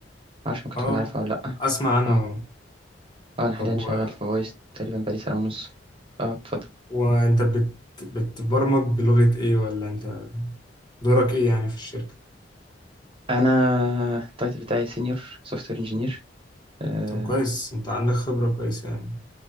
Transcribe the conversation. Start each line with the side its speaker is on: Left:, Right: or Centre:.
Right: معرفش ممكن تكون
Left: اه
Right: عارفها ولا لا
Left: اسمع عنها
Right: اه
Left: اهو
Right: اه انا حاليا
Left: طب و...
Right: شغال في فويس تقريبا بقالي سنة ونص اه اتفضل
Left: وانت بت... بتبرمج بلغة ايه ولا انت دورك ايه يعني في الشركة
Right: انا آه، التايتل بتاعي سينيور سوفت وير انجينير اه
Left: طب كويس انت عندك خبرة كويس يعني